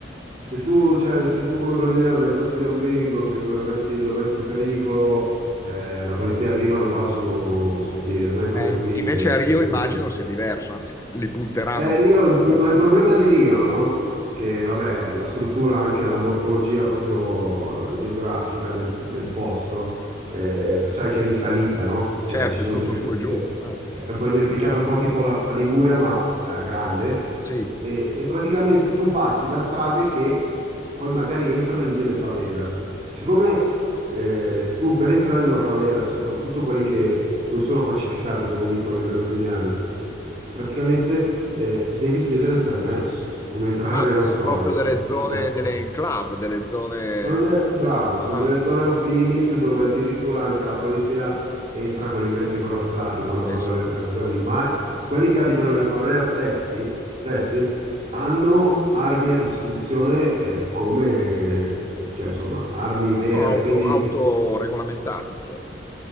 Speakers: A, on the right (about 35°); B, on the left (about 15°).
A: se tu, cioè, se tu come brasiliano dai fastidio a un gringo che lo metti, lo metti in pericolo, eh, la polizia arriva, non va su sottile, non è come
B: Eh, in-
A: qui
B: invece
A: che
B: a Rio
A: ti legge.
B: immagino sia diverso, anzi, li punteranno
A: Eh, Rio,
B: proprio.
A: il, pro-
B: quelli.
A: ma il problema di Rio, no? Che vabbè, la struttura, anche la morfologia proprio eh, geografica del, del posto, eh, sai che è in salita, no? Cioè
B: Certo,
A: ci sono
B: è tutto
A: tutte
B: su
A: queste...
B: e giù. eh.
A: eh, È un po' inerpicata, un po' tipo la Liguria, ma eh, grande.
B: Sì.
A: E, e praticamente tu passi da strade che poi magari entrano in delle favelas. Siccome eh, tu per entrare in una favela, soprattutto quelle che non sono pacificate, come dicono i brasiliani, praticamente eh, devi chiedere il permesso. È come entrare,
B: Ah, sono
A: non so,
B: proprio
A: in
B: delle
A: qualche
B: zone,
A: posto.
B: delle enclave, delle zone
A: Sono delle- bravo,
B: africane.
A: sono delle zone off limit dove addirittura anche la polizia entra con i mezzi corazzati quando
B: Ma pensa
A: fanno le
B: a
A: operazioni,
B: te.
A: ma quelli che abitano nelle favela stessi, stessi hanno armi a disposizione eh, come, cioè, insomma, armi vere,
B: Sono auto,
A: quindi
B: autoregolamentati, insomma.